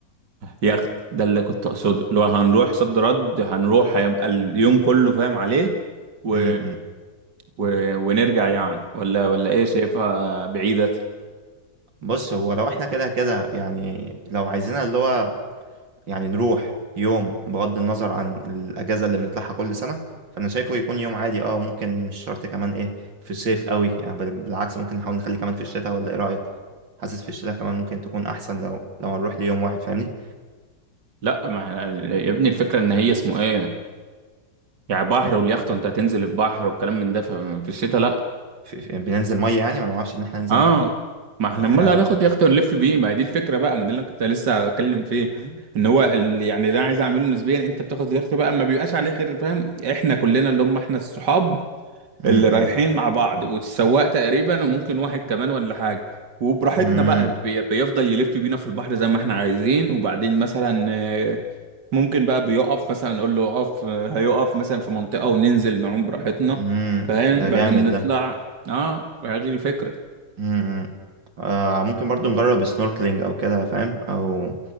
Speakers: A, on the right; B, on the right.
A: ياخد ده اللي كنت اقصده اللي هو هنروح صد رد هنروح هيبقى اليوم كله فاهم عليه و...
B: امم
A: و... ونرجع يعني ولا ولا ايه شايفها بعيدة
B: بص هو لو احنا كده كده يعني لو عايزينها اللي هو يعني نروح يوم بغض النظر عن الأجازة اللي بنطلعها كل سنة فأنا شايفه يكون يوم عادي اه ممكن مش شرط كمان ايه في الصيف قوي يعني بل- بالعكس ممكن نحاول نخليه كمان في الشتاء ولا ايه رأيك حاسس في الشتاء كمان ممكن تكون أحسن لو لو هنروح ليوم واحد فاهمني
A: لا ما إحنا- يا ابني الفكرة ان هي اسمه ايه يعني بحر
B: إيه،
A: واليخت وانت هتنزل البحر والكلام من ده ففي الشتاء لا
B: في... في... بننزل مية يعني ما أنا معرفش إن احنا ننزل
A: اه
B: مية
A: ما احنا
B: فاكرها
A: امال هناخد يخت ونلف بيه ما هي دي الفكره بقى ما ده اللي أنا كنت لسه بتكلم فيه ان هو ال... يعني ده عايز اعمله نسبيا انت بتاخد اليخت بقى ما بيبقاش عليه غير فاهم احنا كلنا اللي هم احنا الصحاب
B: أمم،
A: اللي رايحين مع بعض والسواق تقريبا وممكن واحد كمان ولا حاجة وبراحتنا
B: أمم،
A: بقى بي- بيفضل يلف بينا في البحر زي ما احنا عايزين وبعدين مثلا آه، ممكن بقى بيقف مثلا نقول له اقف آه، هيقف مثلا في منطقة وننزل نعوم براحتنا
B: أمم،
A: فاهم
B: ده
A: بعدين
B: جامد
A: نطلع
B: ده
A: اه هذه الفكرة
B: أمم. آه ممكن برضو نجرب سنوركلينج أو كده فاهم أو